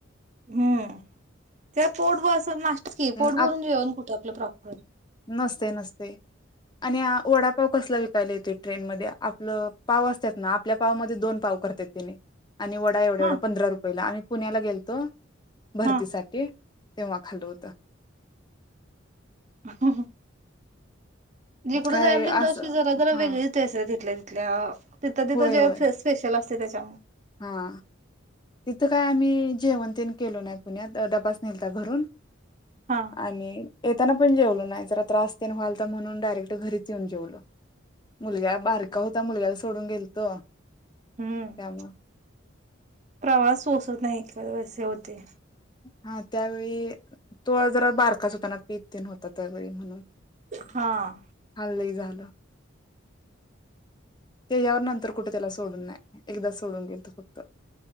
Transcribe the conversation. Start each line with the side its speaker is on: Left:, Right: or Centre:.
Right: हम्म ते पोट <unintelligible> तेच की,
Left: अं
Right: पोट भरून जेवण कुठं आपलं प्रॉपर.
Left: नसतय-नसतय आणि आ वडापाव कसला विकायला येतोय ट्रेनमध्ये, आपलं पाव असत्यात ना आपल्या पावमध्ये दोन पाव करत तेनी आणि वडा एवढा-एवढा
Right: हा
Left: पंधरा रुपयाला आ पुण्याला गेलतो भरतीसाठी
Right: हा
Left: तेव्हा खाल होत. ता
Right: ह जिकडं
Left: काय
Right: जायल तिकडं,
Left: असं
Right: अशी जरा जरा
Left: हा
Right: वेगळीचस टेस्ट तिथले, त्या तिथं तिथं
Left: होय होय
Right: जे स्पे स्पेशल अस त्याच्या
Left: हा. तिथं काय आम्ही जेवण तेन केलो नाही. पुण्यात डबास नेलता घरून.
Right: हा
Left: आणि येताना पण जेवलो नाही, जरा त्रासतेन व्हालता म्हणून डायरेक्ट घरीच येऊन जेवलो. मुलग्या बारका होता, मुलग्याला सोडून गेलतो,
Right: हम्म.
Left: काम
Right: प्रवास पोसत नाही. बवसेे होते.
Left: हां त्यावेळी तो जरा बारकाच होताना, पीत तेन होता त्यावेळी म्हनून
Right: हां.
Left: लइ झालं. तेज्यावर नंतर कुट त्याला सोडून नाय, एकदाच सोडून गेलतो फक्त,